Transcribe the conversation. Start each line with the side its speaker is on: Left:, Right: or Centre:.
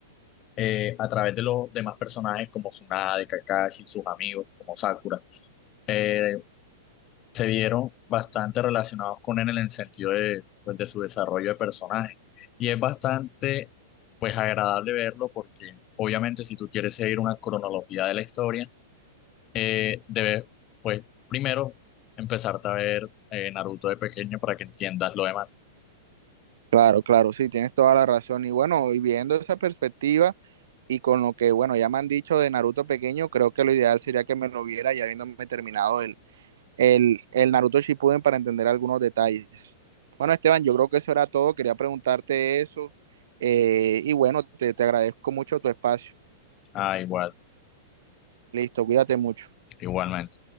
Left: eh, a través de los demás personajes como Tsunade, Kakashi, sus amigos como Sakura, eh, se vieron bastante relacionados con él en el sentido de, pues, de su desarrollo de personaje. Y es bastante, pues, agradable verlo porque obviamente si tú quieres seguir una cronología de la historia, eh, debes, pues, primero empezarte a ver eh, Naruto de pequeño para que entiendas lo demás.
Right: Claro, claro, sí, tienes toda la razón. Y bueno, y viendo esa perspectiva y con lo que, bueno, ya me han dicho de Naruto pequeño, creo que lo ideal sería que me lo viera ya habiéndome terminado el, el, el Naruto Shippuden para entender algunos detalles. Bueno, Esteban, yo creo que eso era todo. Quería preguntarte eso. eh, y bueno, te, te agradezco mucho tu espacio.
Left: Ah, igual,
Right: Listo, cuídate mucho.
Left: igualmente.